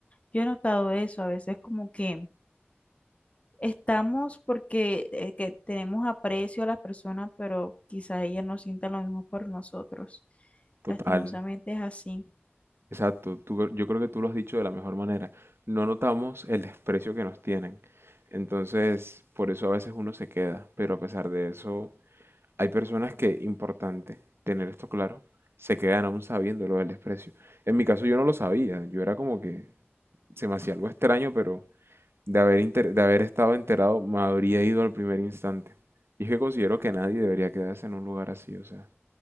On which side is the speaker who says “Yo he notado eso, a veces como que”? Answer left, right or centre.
Left